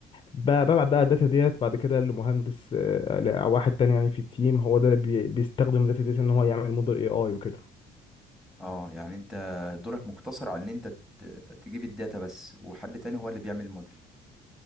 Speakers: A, on the left; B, in the centre.
A: ب- ببعت بقى الداتا ديت بعد كده لمهندس آه، ل- او واحد تاني يعني في التيم هو ده اللي بي- بيستخدم الداتا ديت ان هو يعمل موديل اي اي وكده
B: اه يعني انت دورك مقتصر على ان انت ت- تجيب الداتا بس وحد تاني هو اللي بيعمل الموديل